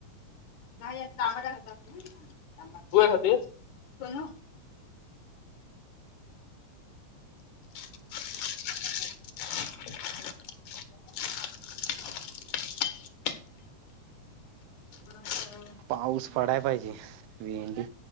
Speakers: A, on the left; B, on the right.
A: यायच <unintelligible> <inaudible> <inaudible> ह <inaudible>
B: पाऊस पडाय पाहिजे भेंडी